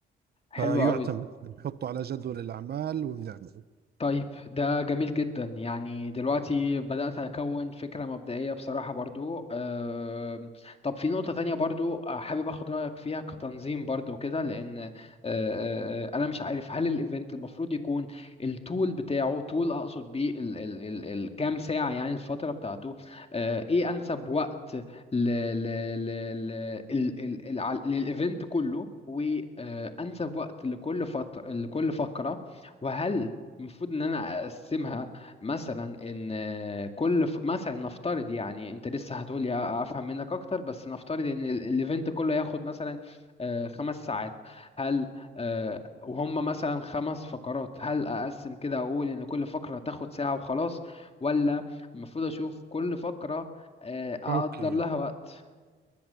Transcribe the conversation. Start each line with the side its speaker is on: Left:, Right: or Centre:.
Left: حلو
Right: فيعتمد
Left: قوي
Right: بنحطه على جدول الاعمال وبنعمله
Left: طيب ده جميل جدا يعني دلوقتي بدأت أكون فكرة مبدئية بصراحة برضو آم، طب في نقطة تانية برضو آه، حابب أخد رأيك فيها كتنظيم برضو كده لأن آه، آه، آه، أنا مش عارف هل الإيفنت المفروض يكون التول بتاعه تول أقصد بيه ال- ال- ال- الكام ساعة يعني الفترة بتاعته آه، إيه أنسب وقت ل- ل- ل- ل- ال- ال- الع- للإيفنت كله وأنسب وقت لكل فترة لكل فقرة وهل المفروض ان انا اقسمها مثلا ان كل ف... مثلا نفترض يعني انت لسه هتقول لي افهم منك اكتر بس نفترض ان ال- الايفنت كله ياخد مثلا آه، خمس ساعات هل آه، وهم مثلا خمس فقرات هل اقسم كده اقول ان كل فقرة تاخد ساعة وخلاص ولا المفروض اشوف كل فقرة آه، اقدر
Right: اوكي
Left: لها وقت